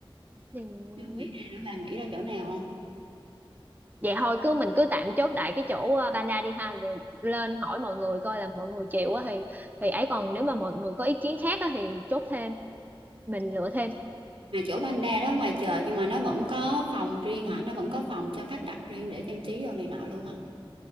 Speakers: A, on the right; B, on the right.
A: Ừ.
B: chưa nghĩ ra nữa bà nghĩ ra chỗ nào không
A: vậy thôi cứ mình cứ tạm chốt đại cái chỗ ờ, Panda đi ha rồi lên hỏi mọi người coi là mọi người chịu á thì thì ấy còn nếu mà mọi người có ý kiến khác á thì chốt thêm mình lựa thêm
B: mà chỗ Panda đó ngoài chợ nhưng mà nó vẫn có phòng riêng hả nó vẫn có phòng cho khách đặt riêng để trang trí đồ này nọ luôn hả